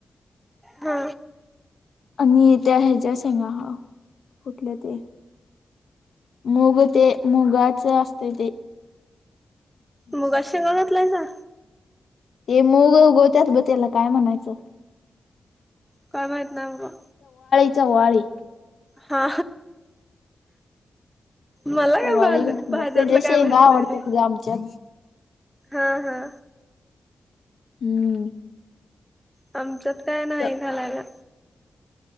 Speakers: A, in the centre; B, on the left (about 70°).
A: हा
B: आणि त्या ह्याच्या शेंगा कुठले ते मुग ते मुगाच असते ते. अच्छा
A: मुगाच्या शेंगा घातलायसा
B: ते मूग उगवत्यात ब त्याला काय म्हणायचं
A: कोयम येत नाही
B: सवारी
A: हा मला काय
B: चवाळी
A: म्हलं
B: घातल्या
A: भाज्यातला
B: त्याच्या
A: काय
B: शेंगा
A: माहत नाही
B: आवडतात
A: र
B: ग आमच्यात.
A: हा हा
B: हम्म
A: आमच्यात काय नाही
B: च
A: घालायला